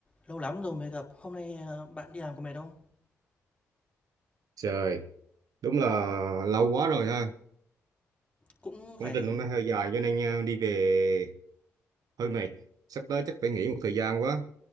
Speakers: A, on the left (about 20°); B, on the right (about 70°).
A: Lâu lắm rồi mới gặp. Hôm nay, ờ, bạn đi làm có mệt không?
B: Trời, đúng là lâu quá rồi ha.
A: Cũng
B: Công
A: phải
B: trình hôm nay hơi dài cho nên ờ, đi về hơi mệt. Sắp tới chắc phải nghỉ một thời gian quá.